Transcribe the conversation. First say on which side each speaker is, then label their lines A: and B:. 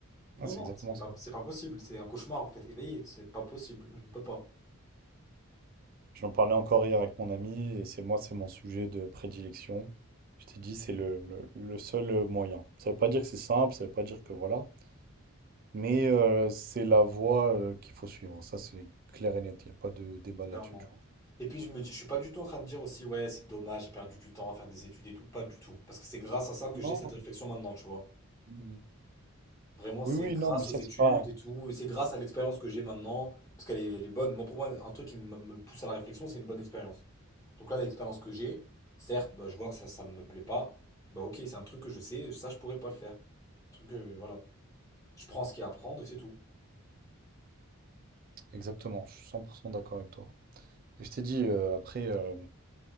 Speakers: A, on the right; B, on the left.
A: Ouais,
B: Non,
A: c'est
B: non,
A: exactement
B: c'est pas,
A: ça.
B: c'est pas possible. C'est un cauchemar en fait, éveillé. C'est pas possible. Je ne peux pas.
A: J'en parlais encore hier avec mon ami, et c'est moi, c'est mon sujet de prédilection. Je t'ai dit, c'est le, le, le seul moyen. Ça veut pas dire que c'est simple, ça veut pas dire que voilà, Mais euh, c'est la voie euh, qu'il faut suivre. Ça, c'est clair et net. Il n'y a pas de débat là-dessus,
B: Clairement.
A: tu vois.
B: Et puis je me dis, je suis pas du tout en train de dire aussi, ouais, c'est dommage, j'ai perdu du temps à faire des études et tout, pas du tout. Parce que c'est grâce à ça que
A: Non.
B: j'ai cette réflexion maintenant, tu vois.
A: mm,
B: Vraiment,
A: Oui,
B: c'est
A: oui,
B: grâce
A: non, mais ça,
B: aux études
A: c'est pas...
B: et tout, et c'est grâce à l'expérience que j'ai maintenant, parce qu'elle est, elle est bonne. Moi, pour moi, un truc qui me me pousse à la réflexion, c'est une bonne expérience. Donc là, l'expérience que j'ai, certes, bah, je vois que ça, ça me plaît pas, bah ok, c'est un truc que je sais, ça, je pourrais pas le faire. Un truc que, voilà. Je prends ce qu'il y a à prendre et c'est tout.
A: Exactement, je suis 100% d'accord avec toi. Et je t'ai dit, euh, après, euh,